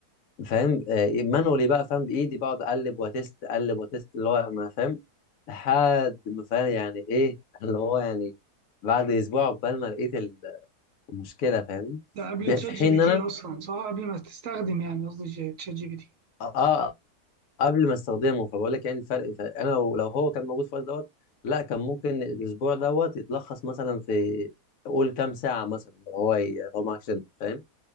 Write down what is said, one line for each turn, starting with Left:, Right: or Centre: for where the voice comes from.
Left: فاهم آه، مانولي بقى فاهم بايدي بقعد اقلب واتست اقلب واتست اللي هو ما فاهم لحد ما فاهم يعني ايه <laughs> اللي هو يعني بعد اسبوع عقبال ما لقيت ال- المشكله فاهم
Right: ده قبل
Left: ب-
Right: تشات
Left: في حين
Right: جي بي
Left: ان
Right: تي
Left: انا
Right: اصلا صح قبل ما تستخدم يعني قصدي ج- تشات جي بي تي
Left: اه قبل ما استخدمه فبقول لك يعني الفرق ف- انا لو لو هو كان موجود في الوقت دوت لا كان ممكن الاسبوع دوت يتلخص مثلا في قول كام ساعه مثلا لو هو ي- لو معكش فاهم